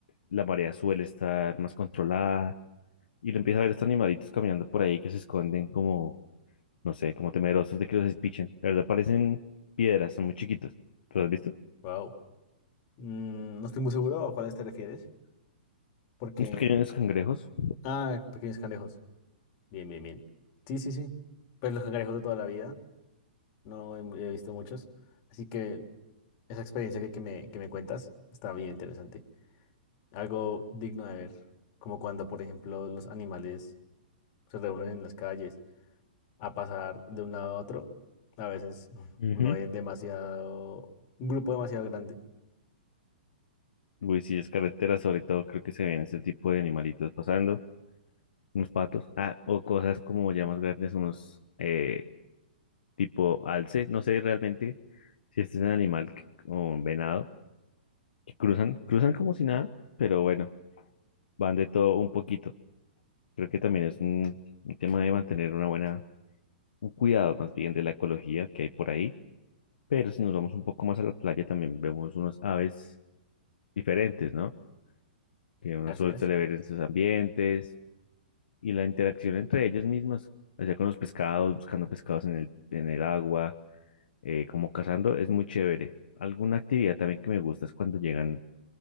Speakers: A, on the left; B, on the left.
A: la marea suele estar más controlada y uno empieza a ver estos animalitos caminando por ahí que se esconden como, no sé, como temerosos de que los espichen. La verdad parecen piedras, son muy chiquitos. ¿Los has visto?
B: wow. Mm, no estoy muy seguro a cuáles te refieres, porque...
A: Unos pequeños cangrejos.
B: Ah, pequeños cangrejos. Bien, bien, bien. Sí, sí, sí. Pues los cangrejos de toda la vida, no he, mu- he visto muchos, así que esa experiencia que, que me, que me cuentas está bien interesante. Algo digno de ver, como cuando, por ejemplo, los animales se reúnen en las calles a pasar de un lado a otro. A veces
A: Ujú.
B: uno ve demasiado, un grupo demasiado grande.
A: Uy, sí, es carretera, sobre todo creo que se ven este tipo de animalitos pasando, unos patos, ah, o cosas como ya más grandes, unos eh, tipo alce, no sé realmente si este es un animal que- o un venado, que cruzan, cruzan como si nada, pero bueno, van de todo un poquito. Creo que también es un, un tema de mantener una buena, un cuidado más bien de la ecología que hay por ahí. Pero si nos vamos un poco más a la playa, también vemos unos aves diferentes, ¿no? Que uno
B: Así
A: solo
B: es.
A: suele ver en sus ambientes y la interacción entre ellas mismas, allá con los pescados, buscando pescados en el, en el agua, eh, como cazando, es muy chévere. Alguna actividad también que me gusta es cuando llegan,